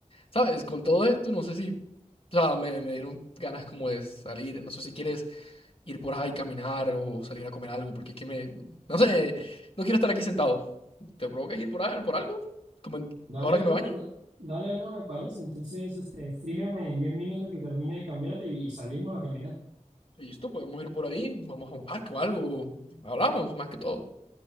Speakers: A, on the left; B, on the right.
A: ¿Sabes? Con todo esto, no sé si, o sea, me, me dieron ganas como de salir, no sé si quieres ir por ahí, caminar o salir a comer algo, porque es que me, no sé, no quiero estar aquí sentado. ¿Te provoca ir por ahí, por algo? Como en-
B: Dale,
A: ahora que
B: bro,
A: me baño,
B: no- dale, bro, me parece. Entonces, este, escríbeme en 10 minutos que termine de cambiarte y salimos a caminar.
A: listo, podemos ir por ahí, vamos a un parque o algo, hablamos más que todo.